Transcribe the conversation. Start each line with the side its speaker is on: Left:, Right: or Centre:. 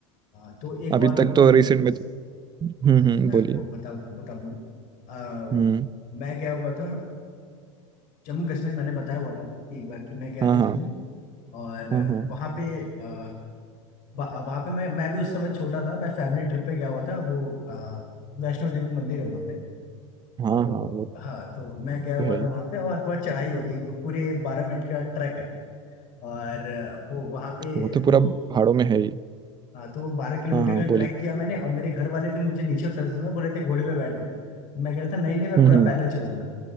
Left: हाँ, तो एक
Right: अभी
Left: और मेमोरी
Right: तक तो
Left: है मेरे
Right: रिसेंट
Left: पास
Right: में तो हम्म
Left: अ, जो
Right: हम्म
Left: मैं
Right: बोलिए
Left: आपको बताऊं बताऊंगा अ,
Right: हम्म
Left: मैं गया हुआ था जम्मू कश्मीर मैंने बताया हुआ था आपको कि एक बार कि मैं गया
Right: हाँ
Left: था
Right: हाँ
Left: जम्मू और
Right: हाँ हाँ
Left: वहाँ पे अ, वह- वहाँ पे मैं मैं भी उस समय छोटा था मैं फैमिली ट्रिप पे गया हुआ था वो अ, वैष्णो देवी मंदिर है वहाँ पे
Right: हाँ
Left: तो
Right: हाँ वो
Left: हाँ तो मैं गया हुआ
Right: तो है
Left: था
Right: ही
Left: वहाँ पे और बहुत चढ़ाई होती है तो पूरे बारह मिनट का ट्रैक है और अ, वो वहाँ पे
Right: वो तो पूरा
Left: वो
Right: पहाड़ों में है ही
Left: हाँ तो वो बारह किलोमीटर
Right: हाँ हाँ
Left: का
Right: बोलिए
Left: ट्रैक किया मैंने और मेरे घर वाले फिर मुझे नीचे उतर समय बोले थे घोड़े पे बैठो मैं कह रहा था नहीं नहीं मैं पूरा
Right: हम्म
Left: पैदल चलूंगा